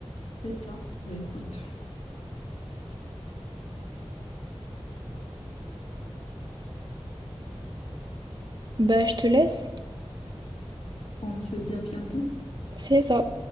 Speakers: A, on the left; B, on the right.
A: c'est ça. Bah, écoute,
B: Ben, je te laisse.
A: on se dit à bientôt.
B: C'est ça.